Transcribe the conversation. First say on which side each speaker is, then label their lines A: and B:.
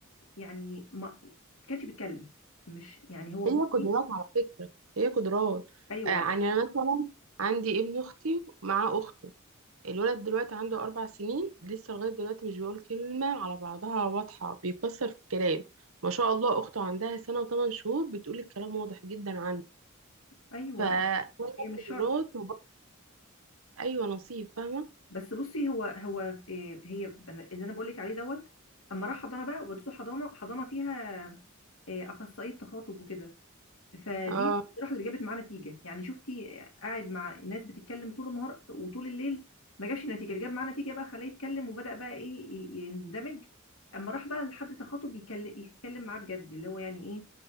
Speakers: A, on the left; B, on the right.
A: يعني ما ما كانش بيتكلم مش يعني هو
B: هي
A: بصي
B: قدرات على فكره هي قدرات
A: ايوه
B: آه، يعني انا مثلا عندي ابن اختي مع اخته الولد دلوقتي عنده أربع سنين لسه لغاية دلوقتي مش بيقول كلمة على بعضها واضحة بيكسر في الكلام ما شاء الله أخته عندها سنة وثمان شهور بتقول الكلام واضح جدا عنه
A: ايوه
B: فأولى
A: هي مش شرط
B: قدرات وبرضه أيوة نصيب فاهمة
A: بس بصي هو هو إيه هي بن- اللي انا بقول لك عليه دوت اما راح حضانه بقى ودته حضانه حضانه فيها إيه اخصائيه تخاطب وكده فدي
B: اه
A: الصراحه اللي جابت معاه نتيجه يعني شفتي آه، قاعد مع ناس بتتكلم طول النهار وطول الليل ما جابش نتيجه اللي جاب معاه نتيجه بقى خلاه يتكلم وبدا بقى ايه ي- يندمج اما راح بقى لحد تخاطب يتكلم يتكلم معاه بجد اللي هو يعني ايه